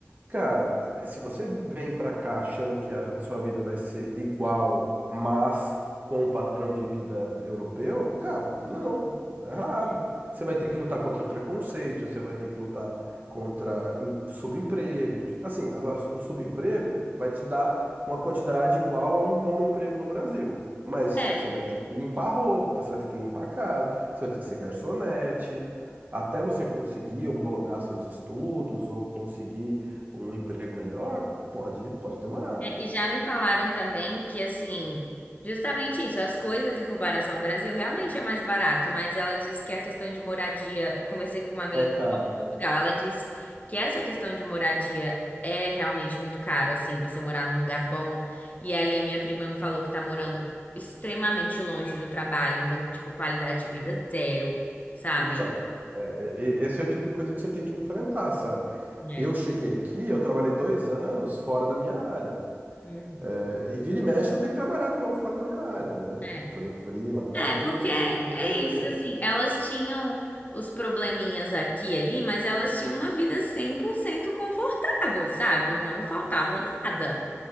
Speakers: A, on the right (about 40°); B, on the left (about 35°).
A: Cara, eh, se você vem pra cá achando que a a sua vida vai ser igual, mas com o padrão de vida europeu, cara, não,
B: Uhum.
A: tá errado.
B: É,
A: Você vai ter que lutar contra preconceito, você vai ter que lutar contra em- subempregos. Assim, agora o subemprego vai te dar uma quantidade igual a um bom emprego no Brasil. Mas
B: é,
A: você vai ter que limpar roupa, você vai ter que limpar a casa, você vai ter que ser garçonete, até você conseguir homologar seus estudos ou conseguir um emprego melhor, pode, pode demorar.
B: é, e já me falaram também que, assim, justamente isso, as coisas em comparação ao Brasil realmente é mais barato, mas ela disse que a questão de moradia, conversei com uma amiga
A: É, cara.
B: que mora em Portugal, ela disse que essa questão de moradia é realmente muito caro, assim, você morar num lugar bom. E aí a minha prima me falou que tá morando extremamente longe do trabalho, então, tipo, qualidade de vida zero, sabe?
A: Então, é, e- esse é o tipo de coisa que você tem que enfrentar, sabe?
B: É.
A: Eu cheguei aqui, eu trabalhei dois anos fora da minha área.
B: Uhum.
A: É, e vira e mexe eu tenho que trabalhar de novo fora da minha área, né?
B: É.
A: Vou fazer freela tal,
B: É,
A: que
B: porque
A: não tem
B: é,
A: muito
B: é
A: a
B: isso,
A: ver.
B: assim, elas tinham os probleminhas aqui e ali, mas elas tinham uma vida 100% confortável, sabe? Não faltava nada.